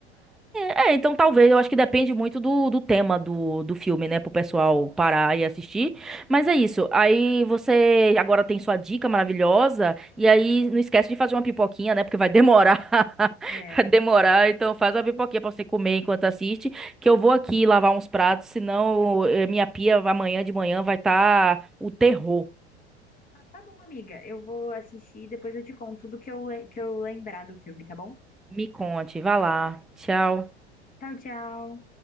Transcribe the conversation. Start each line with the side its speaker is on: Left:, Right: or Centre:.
Centre: É, então talvez, eu acho que depende muito do, do tema do, do filme, né? Pro pessoal parar e assistir. Mas é isso. Aí você agora tem sua dica maravilhosa. E aí não esquece de fazer uma pipoquinha, né? Porque vai demorar. <laughs>
Left: É.
Centre: Vai demorar. Então faz uma pipoquinha pra você comer enquanto assiste. Que eu vou aqui lavar uns pratos. Senão eh, minha pia amanhã de manhã vai estar o terror.
Left: Ah, tá bom, amiga. Eu vou assistir e depois eu te conto tudo que eu, le- que eu lembrar do filme, tá bom?
Centre: Me conte. Vai lá. Tchau.
Left: Tchau, tchau.